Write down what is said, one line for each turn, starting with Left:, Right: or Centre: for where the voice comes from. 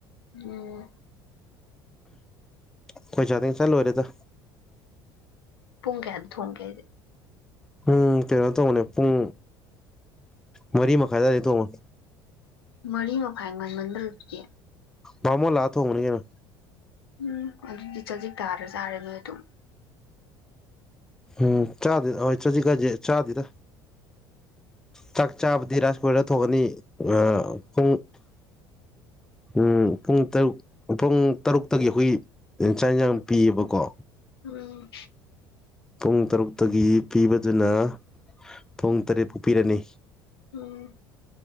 Left: ꯎꯝ
Centre: ꯑꯈꯣꯏ ꯆꯥꯛꯗꯤ ꯉꯁꯥꯏꯅ ꯂꯣꯏꯔꯦꯗ
Left: ꯄꯨꯡ ꯀꯌꯥꯗ ꯊꯣꯡꯒꯦ ꯍꯥꯏꯖꯦ
Centre: ꯄꯨꯡ ꯀꯩꯅꯣ ꯇꯧꯕꯅꯦ ꯄꯨꯡ ꯃꯔꯤ ꯃꯈꯥꯏ ꯑꯗꯋꯥꯏꯗꯩ ꯇꯣꯡꯕꯅꯦ
Left: ꯃꯔꯤ ꯃꯈꯥꯏ ꯉꯟꯃꯟꯗꯔꯣ ꯑꯗꯨꯗꯤ
Centre: ꯕꯃꯣꯜ ꯂꯥꯛꯑꯥ ꯊꯣꯡꯕꯅꯤꯏ ꯀꯩꯅꯣ
Left: ꯎꯝ ꯑꯗꯨꯗꯤ ꯆꯖꯤꯛ ꯇꯥꯔ ꯆꯥꯔꯦ ꯅꯣꯏ ꯑꯗꯨꯝ
Centre: ꯎꯝ ꯆꯥꯗꯦ ꯍꫭꯏ ꯆꯥꯖꯤꯛ ꯍꯥꯏꯖꯦ ꯆꯥꯗꯦꯗ ꯆꯥꯛ ꯆꯥꯕꯗꯤ ꯔꯥꯏꯁ ꯀꯨꯀ꯭ꯔꯗ ꯊꯣꯡꯉꯅꯤ ꯑꯥ ꯄꯨꯡ ꯑꯝ ꯄꯨꯡ ꯇꯔꯨꯛ ꯄꯨꯡ ꯇꯔꯨꯛꯇꯒꯤ ꯍꯨꯏ ꯆꯥꯛ ꯏꯟꯁꯥꯡ ꯄꯤꯌꯦꯕꯀꯣ
Left: ꯎꯝ
Centre: ꯄꯨꯡ ꯇꯔꯨꯛꯇꯒꯤ ꯄꯤꯕꯗꯨꯅ ꯄꯨꯡ ꯇꯔꯦꯠ ꯐꯥꯎ ꯄꯤꯔꯅꯤ
Left: ꯎꯝ